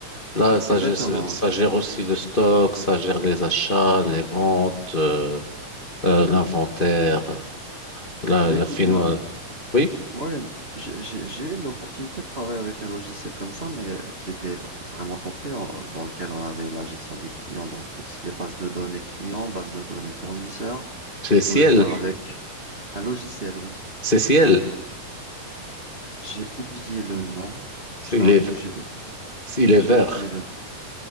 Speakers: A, on the left (about 70°); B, on the right (about 55°).
A: Là, ça
B: Exactement.
A: gère, ça gère aussi le stock, ça gère les achats, les ventes, euh, euh, l'inventaire, euh, la,
B: Bah
A: la
B: écoute,
A: fin-
B: moi,
A: euh, Oui,
B: Ouais, j'ai j'ai- j'ai eu l'opportunité de travailler avec un logiciel comme ça, mais qui était v- vraiment complet, en- dans lequel on avait la gestion des clients, donc tout ce qui est base de données clients, base de données fournisseurs.
A: c'est ciel.
B: On pouvait faire avec un logiciel, oui.
A: C'est ciel.
B: J'ai oublié le nom. Je
A: Il
B: t'avoue
A: est,
B: que j'ai oublié.
A: il est
B: J'ai
A: vert.
B: oublié le nom.